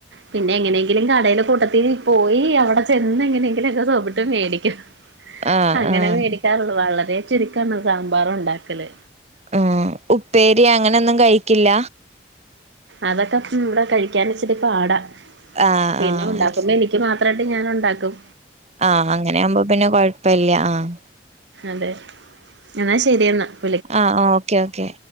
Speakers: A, on the right; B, on the right.
A: പിന്നെ എങ്ങനെങ്കിലും കടയില കൂട്ടത്തീ പോയി അവ്ടെ ചെന്ന്ങ്ങനെ പിന്നൊക്കെ സോപ്പിട്ട് മേടിക്കും
B: ആഹ്
A: അങ്ങനെ
B: ആഹ്
A: മേടി കാറൊള്ളു വളരെ ചുരുക്കാണ് സാമ്പാറ് ഉണ്ടാക്കല്.
B: അഹ്‌ ഉപ്പേരി അങ്ങനെൊന്നും കഴിക്കില്ല
A: അതൊക്കെ ഉം ഇവ്ടെ കഴിക്കാനിച്ചിരി പാടാ
B: ആഹ്
A: പിന്നെ
B: ആഹ്
A: ഉണ്ടാക്കുമ്പോ എനിക്ക് മാത്രയിട്ട് ഞാനുണ്ടാക്കും.
B: ആഹ് അങ്ങനെ ആവുമ്പ പിന്നെ കൊഴപ്പല്ല ആഹ്
A: അതെ എന്നാ ശരി എന്നാ
B: ആഹ് ഓക്കെ ഓക്കെ